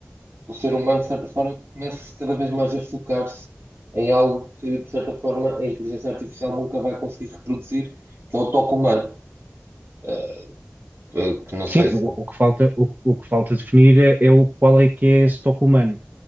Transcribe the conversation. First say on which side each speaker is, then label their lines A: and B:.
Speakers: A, on the right; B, on the right.
A: o ser humano, de certa forma, começa cada vez mais a focar-se em algo que, de certa forma, a inteligência artificial nunca vai conseguir reproduzir, que é o toque humano. Eh, eh, que não sei
B: Sim,
A: se.
B: o, o que falta, o, o que falta definir é, é o qual é que é esse toque humano.